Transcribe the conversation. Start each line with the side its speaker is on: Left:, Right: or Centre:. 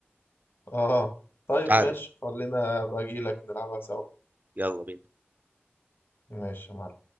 Left: اه طيب
Right: تعالى
Left: ماشي خلينا ابقى اجي لك نلعبها سوا
Right: يلا بينا
Left: ماشي يا معلم